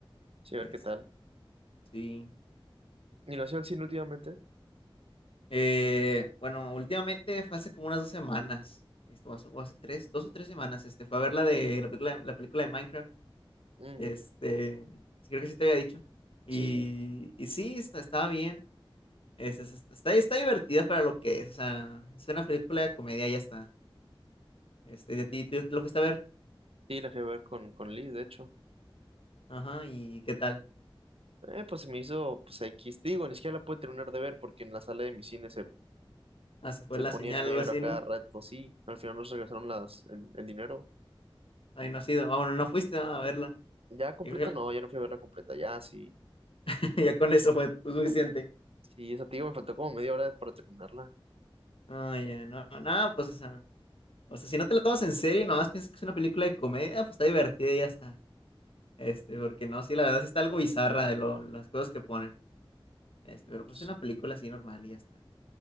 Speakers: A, on the right (about 85°); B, on the left (about 70°).
A: Sí, a
B: Este,
A: ver qué tal.
B: sí.
A: ¿Y lo hacía al cine últimamente?
B: Eh, bueno, últimamente fue hace como unas dos semanas, este, o hace, o hace tres, dos o tres semanas, este, fue a ver la de la película, la película de Minecraft,
A: Mm,
B: este, sí, creo que sí te había dicho, y,
A: sí, sí. Sí,
B: y sí, está, estaba bien, este, es- está, está divertida para lo que es, o sea, es una película de comedia, y ya está, este, de ti, tú lo fuiste a ver,
A: Sí, la fui a ver con, con Liz, de hecho.
B: ajá, y qué tal,
A: Eh, pues se me hizo, pues X. Digo, ni siquiera la pude terminar de ver porque en la sala de mi cine se,
B: ah, se fue
A: se
B: la
A: ponía
B: señal,
A: en negro
B: algo así,
A: a cada
B: ¿no?
A: rato. Sí, al final nos regresaron las, el, el dinero.
B: Ay, no has ido, ah, bueno, no fuiste a verla,
A: Ya completa,
B: Yo creo que
A: no,
B: la-
A: ya no fui a verla completa. Ya, sí.
B: <laughs> ya con eso fue suficiente,
A: Sí, esa, te digo, me faltó como media hora para terminarla.
B: ay, ya, no, no, pues, o sea. O sea, si no te la tomas en serio y nomás piensas que es una película de comedia, pues está divertida y ya está. Este, porque no, sí, la verdad sí está algo bizarra de lo- las cosas que ponen. Este,
A: Mm,
B: pero
A: Pues
B: pues es
A: sí,
B: una película así normal y ya está.